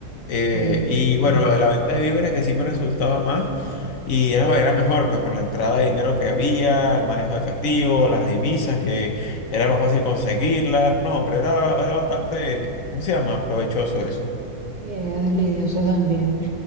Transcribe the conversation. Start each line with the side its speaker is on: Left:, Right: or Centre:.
Left: Eh,
Right: ok,
Left: y bueno,
Right: ok.
Left: lo de la venta de víveres que sí me resultaba más y era, era mejor, pues por la entrada de dinero que había, el manejo de efectivo, las divisas que era más fácil conseguirlas. No, hombre, era, era bastante, ¿cómo se llama? Provechoso eso.
Right: Y era lidioso también.